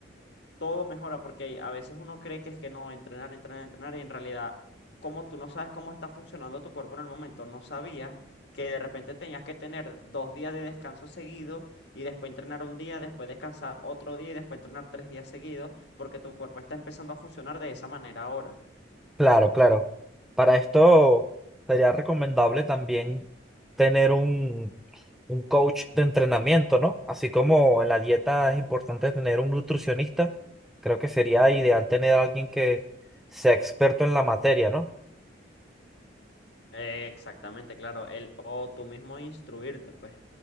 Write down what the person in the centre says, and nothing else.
claro, claro. Para esto sería recomendable también tener un, un coach de entrenamiento, ¿no? Así como en la dieta es importante tener un nutricionista, creo que sería ideal tener a alguien que sea experto en la materia, ¿no?